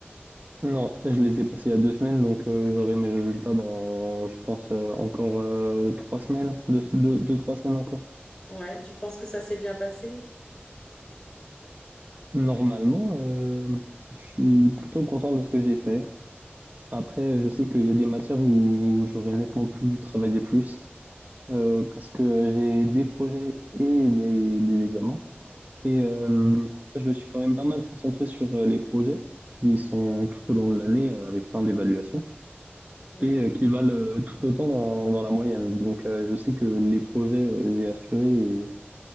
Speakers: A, on the right; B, on the left.
A: Non, je les ai passés il y a deux semaines, donc euh, j'aurai mes résultats dans, je pense, euh, encore euh, trois semaines, deux, deux, deux, trois semaines encore.
B: Ouais, tu penses que ça s'est bien passé?
A: Normalement, euh, je suis plutôt content de ce que j'ai fait. Après, je sais qu'il y a des matières où j'aurais nettement pu travailler plus, euh, parce que j'ai des projets et des, des examens. Et euh, je me suis quand même pas mal concentré sur euh, les projets qui sont tout au long de l'année euh, avec plein d'évaluations.
B: Ouais.
A: Et heu, qui valent, heu, tout autant dans dans la moyenne. Donc heu, je sais que les projets, heu, j'ai assuré et